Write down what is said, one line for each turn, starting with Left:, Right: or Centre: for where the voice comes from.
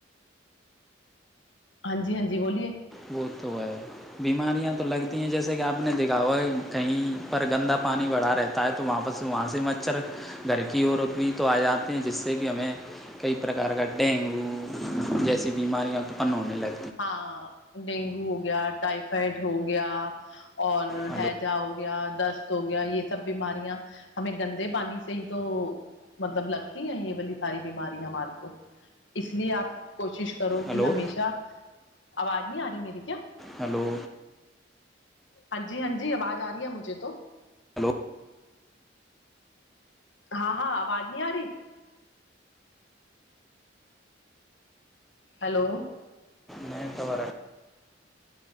Left: ہاں جی ہاں جی بولیے
Centre: وہ تو ہے بیماریاں تو لگتی ہیں جیسے کہ آپ نے دھا ہوا ہے کہیں پر گندہ پانی بڑھا رہتا ہے تو وہاں سے وہاں سے مچھر گھر کی عورت بھی تو آ جاتے ہیں جس سے کہ ہمیں کئی پرکار کا ڈینگو جیسی بیماریاں اتپن ہونے لگتی ہیں
Left: ہاں ڈینگو ہو گیا ٹائفائڈ ہو گیا اور
Centre: ہلو
Left: ہیجا ہو گیا دست ہو گیا یہ سب بیماریاں ہمیں گندے پانی سے ہی تو مطلب لگتی ہیں یہ والی ساری بیماری ہمارے کو اس لیے آپ کوشش کرو کہ
Centre: ہلو
Left: ہمیشہ آواز نہیں آ رہی میری کیا
Centre: ہلو
Left: ہاں جی ہاں جی آواز آ رہی ہے مجھے تو
Centre: ہلو
Left: ہاں ہاں آواز نہیں آ رہی ہلو
Centre: نہیں تو رہ